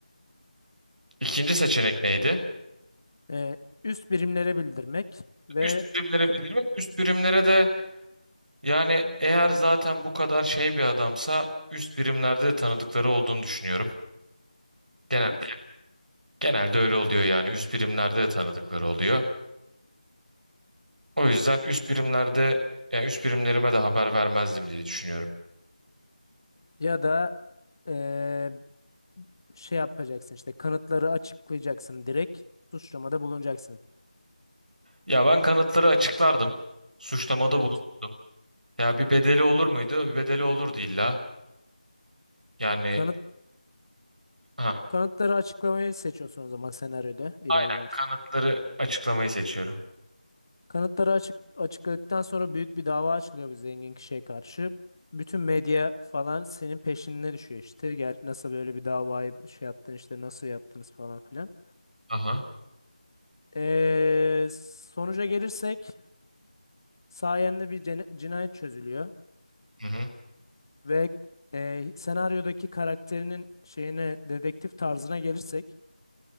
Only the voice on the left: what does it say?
Ee, üst birimlere bildirmek ve
k-
evet.
Ya da ee, şey yapacaksın işte kanıtları açıklayacaksın direkt suçlamada bulunacaksın.
Evet.
Kanıt
Kanıtları açıklamayı seçiyorsun o zaman senaryoda ilerlemek
için.
Kanıtları açık açıkladıktan sonra büyük bir dava açılıyor bir zengin kişiye karşı. Bütün medya falan senin peşine düşüyor işte. Gel, nasıl böyle bir davayı şey yaptın işte nasıl yaptınız falan filan.
Ee, sonuca gelirsek sayende bir cene- cinayet çözülüyor.
Ve e, senaryodaki karakterinin şeyine dedektif tarzına gelirsek